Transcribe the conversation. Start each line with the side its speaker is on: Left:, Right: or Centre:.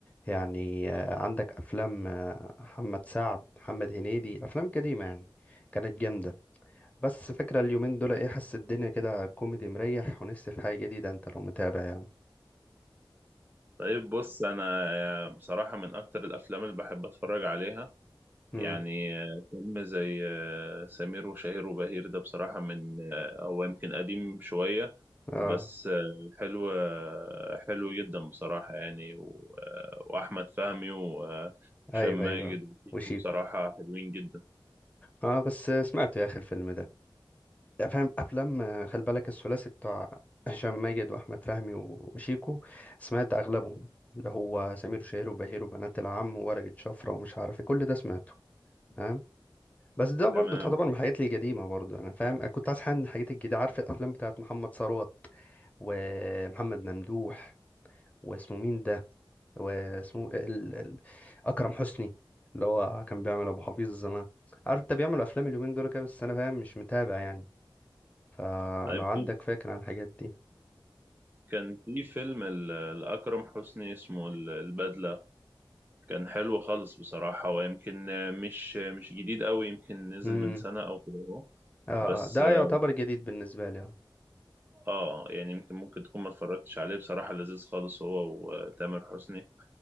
Left: يعني آه، عندك افلام آه، محمد سعد محمد هنيدي الافلام القديمه يعني كانت جامده بس فكره اليومين دول ايه حاسس الدنيا كده كوميدي مريح ونفسي في حاجه جديده انت لو متابع يعني
Right: طيب بص انا بصراحة من اكتر الافلام اللي بحب اتفرج عليها
Left: امم
Right: يعني فيلم زي سمير وشهير وبهير ده بصراحة من هو يمكن قديم شوية
Left: اه
Right: بس حلو حلو جدا بصراحة يعني و... واحمد فهمي وهشام
Left: ايوه
Right: ماجد
Left: ايوه
Right: وشيكو
Left: وشيكو
Right: بصراحة حلوين جدا
Left: اه بس سمعت يا اخي الفيلم ده يعني فاهم افلام آه، خلي بالك الثلاثي بتاع هشام ماجد واحمد فهمي وشيكو سمعت اغلبهم اللي هو سمير وشهير وبهير وبنات العم وورقة شفرة ومش عارف ايه كل ده سمعته فاهم بس ده برضو
Right: تمام
Left: تعتبر من الحاجات القديمة برضو انا فاهم أنا كنت عايز حاجة من الحاجات الجديدة عارف الافلام بتاعت محمد ثروت ومحمد ممدوح واسمه مين ده واسمه ال... ال... اكرم حسني اللي هو كان بيعمل ابو حفيظ زمان عارف انت بيعمل افلام اليومين دول كده بس انا فاهم مش متابع يعني فلو
Right: طيب
Left: عندك فكرة عن الحاجات دي
Right: كان في فيلم ال- لأكرم حسني اسمه ال- البدلة كان حلو خالص بصراحة ويمكن مش مش جديد قوي يمكن نزل
Left: امم
Right: من سنة أو كده أهو
Left: اه
Right: بس
Left: اه ده
Right: اه
Left: يعتبر جديد بالنسبة لي اه
Right: آه، يعني يمكن ممكن تكون ما اتفرجتش عليه بصراحة لذيذ خالص هو وتامر حسني